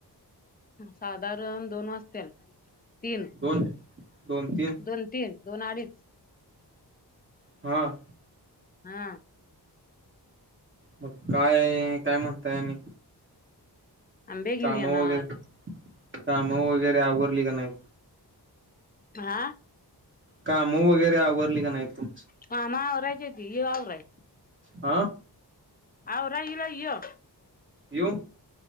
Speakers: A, on the left (about 20°); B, on the right (about 30°).
A: साधारण दोन वाजतील. तीन,
B: दोन दोन तीन
A: दोन तीन. दोन अडीच.
B: ह.
A: हा.
B: मग काय, काय म्हणताय आणि.
A: आंबे घेऊन
B: काम
A: येणार
B: वगैरे. कामं वगैरे आवरली का नाही.
A: आ.
B: काम वगैरे आवरली का नाही. तुम
A: कामा आवरायचीत तुय आराय.
B: हा
A: आवरायला य.
B: येऊ.